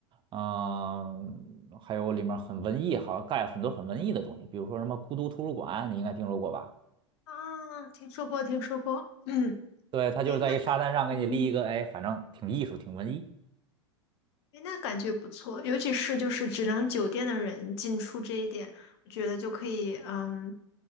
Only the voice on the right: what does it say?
嗯、还有里面很文艺，好像盖了很多很文艺的东西，比如说什么孤独图书馆，你应该听说过吧？
对，它就是在一沙滩上给你立一个，
哎，反正挺艺术，挺文艺。